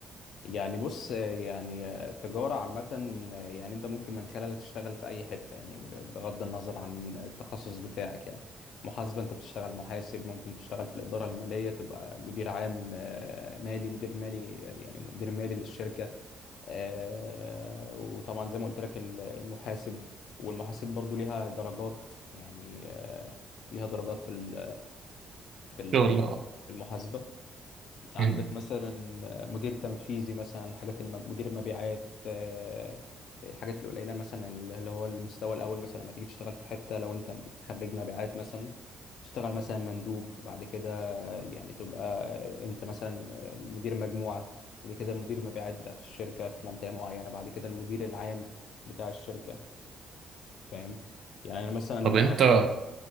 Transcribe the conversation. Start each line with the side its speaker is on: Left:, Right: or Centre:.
Left: يعني بص يعني التجارة عامة يعني انت ممكن من خلالها تشتغل في اي حتة يعني بغض النظر عن التخصص بتاعك يعني محاسبة انت بتشتغل محاسب ممكن تشتغل في الإدارة المالية تبقى مدير عام آه، مالي مدير مالي يعني مدير مالي للشركة آه، وطبعا زي ما قلت لك ال- المحاسب والمحاسب برضو ليها درجات يعني آه، ليها درجات في ال في ال
Right: شغل
Left: يعني في المحاسبة عندك
Right: مم.
Left: مثلا مدير تنفيذي مثلا حاجات الم... مدير المبيعات آه، الحاجات القليله مثلا اللي هو المستوى الاول مثلا لما تيجي تشتغل في حته لو انت خريج مبيعات مثلا تشتغل مثلا مندوب بعد كده يعني تبقى انت مثلا مدير مجموعه بعد كده مدير مبيعات بتاعت الشركه في منطقه معينه بعد كده المدير العام بتاع الشركه فاهم يعني انا مثلا
Right: طب انت
Left: اخر